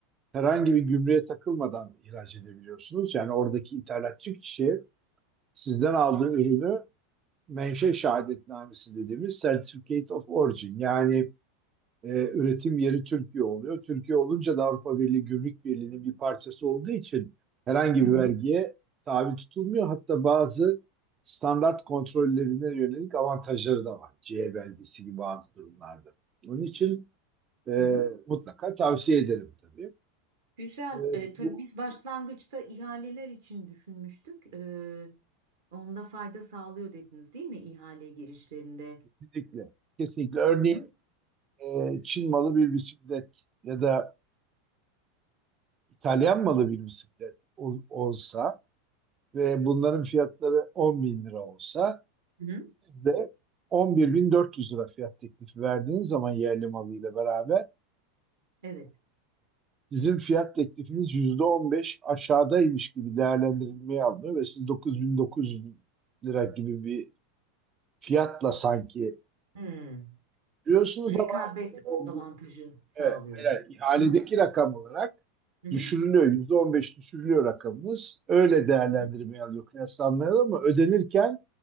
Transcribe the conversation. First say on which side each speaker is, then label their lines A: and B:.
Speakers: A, on the right; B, on the right.
A: herhangi bir gümrüğe takılmadan ihraç edebiliyorsunuz. Yani oradaki ithalatçı kişi sizden aldığı ürünü menşe şehadetnamesi dediğimiz Certificate of Origin yani e, üretim yeri Türkiye oluyor. Türkiye olunca da Avrupa Birliği Gümrük Birliği'nin bir parçası olduğu için herhangi
B: hı hı,
A: bir vergiye tabi tutulmuyor. Hatta bazı standart kontrollerine yönelik avantajları da var. CE belgesi gibi bazı durumlarda. Onun için e,
B: hı hı.
A: mutlaka tavsiye ederim tabii.
B: Güzel.
A: E,
B: E, tabii
A: bu
B: biz başlangıçta ihaleler için düşünmüştük. E, onda fayda sağlıyor dediniz değil mi ihale girişlerinde?
A: kesinlikle. Kesinlikle. Örneğin
B: Hı hı,
A: e, Çin malı bir bisiklet ya da İtalyan malı bir bisiklet ol- olsa ve bunların fiyatları 10 bin lira olsa
B: hı hı.
A: Siz de 11.400 lira fiyat teklifi verdiğiniz zaman yerli malıyla beraber
B: Evet.
A: sizin fiyat teklifiniz %15 aşağıdaymış gibi değerlendirilmeye alınıyor ve siz 9.900 lira gibi bir fiyatla sanki
B: Hı.
A: değerlendiriyorsunuz
B: Rekabet
A: ama o-
B: avantajı sağlıyor.
A: evet, hayır, ihaledeki
B: Hı hı.
A: rakam olarak
B: Hı hı.
A: düşürülüyor. yüzde on beş düşürülüyor rakamınız. Öyle değerlendirmeye
B: hı.
A: alıyor kıyaslanmaya alıyor ama ödenirken